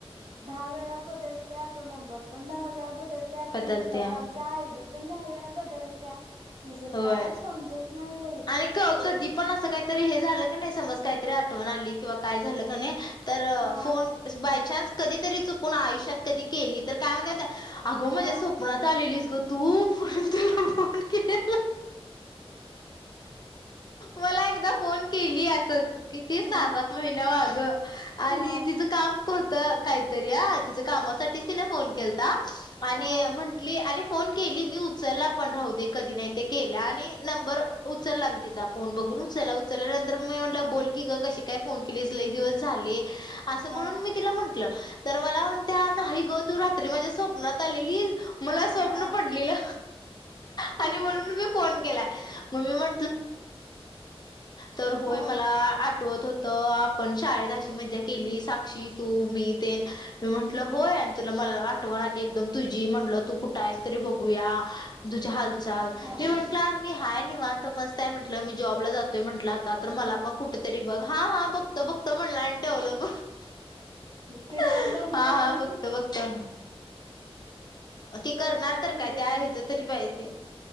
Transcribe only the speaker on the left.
बदलत्या
होय
आणि कधी पण असं काहीतरी हे झालं क नाही समज काहीतरी आठवण आली- किंवा काय झालं का नाही तर
फोन- बायचान्स कधीतरी चुकून आयुष्यात कधी केली तर काय म्हण <unintelligible> अगो माझ्या
स्वपनात आलेलीस ग तू म्हणून तुला फोन केला. मला एकदा फोन केली असच. किती
सा सात महिन्या माग आणि
तिच- काम होत काहीतरी अं. तिच कामासाठीच तिन फोन केलता आणि
म्हण - -ली आणि फोन केली मी उचलला पण राहू दे कधी नाही ते केला आणि नंबर- उचलला मी तिचा फोन बघून उचलला. उचलल्यानंतर मी म्हटलं बोल की ग कशी काय फोन केलीस? लई दिवस- अस म्हणून
मी तिला म्हंटल- तर मला म्हणतेया नाही ग तू रात्री माझ्या स्वप्नात आलेलीस. मला स्वप्न
पडलेलं. अन -
म म्ह तव प म ठवत
होत आपण शाळेत अशी मज्जा केली साक्षी तू मी ते मी म्हंटलं होय आणि तुला मला आठवण आली एकदम तुझी म्हटलं तू कुठं आहेस तरी बघूया तुझ्या हात ल त म्हंटलं
मी हय नि मानत मस्तय म्हटलं मी जॉबला जातो म्हटलं आता तर मला पण कुठ तरी बघ हा हा बघत बघत म्हणला आणि व्हल <unintelligible>
हा-
हा बघतो -बघतो! ती
करणार तर
काय त्या
हेच तरी पाहिजे!